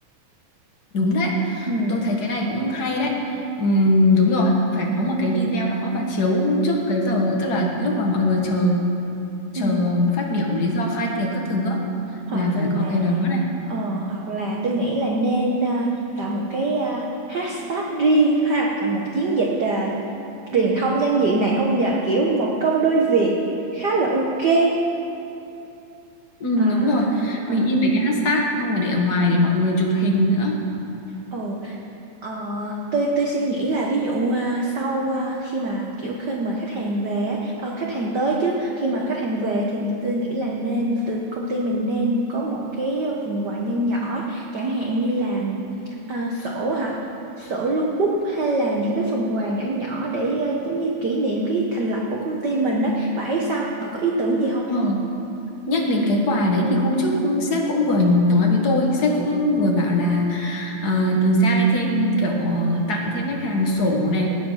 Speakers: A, on the left (about 40°); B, on the right (about 80°).
A: đúng đấy
B: Ừ.
A: tôi thấy cái này cũng hay đấy Ừm, đúng rồi phải có một cái video đó và chiếu trước cái giờ tức là lúc mà mọi người chờ chờ
B: Ừ.
A: phát biểu lý do khai tiệc các thứ á,
B: Hoặc
A: là
B: là
A: phải có cái đó này
B: ờ, hoặc là tôi nghĩ là nên ờ, tạo một cái ờ, hashtag riêng hoặc là một chiến dịch ờ,
A: ừ,
B: truyền thông nhân diện này không nhờ kiểu một công đôi việc khá là ok
A: Ừ,
B: à,
A: đúng rồi
B: à,
A: mình in mấy cái hashtag xong rồi để ở ngoài để mọi người chụp hình nữa
B: ồ, ờ, tôi tôi suy nghĩ là ví dụ à, sau à, khi mà kiểu khi mời khách hàng về á, ờ, khách hàng tới chứ khi mà khách hàng về thì tôi nghĩ là nên từ công ty mình nên có một cái phần quà nho nhỏ chẳng hạn như là à, sổ hả sổ lưu bút hay là những cái phần quà nhỏ nhỏ để à, giống như kỷ niệm cái thành lập của công ty mình á bà thấy sao bà có ý tưởng gì không
A: ừ. Nhắc đến cái quà đấy thì hôm trước sếp cũng vừa nói với tôi, sếp cũng vừa bảo là ờ, design thêm kiểu ờ, tặng thêm khách hàng sổ này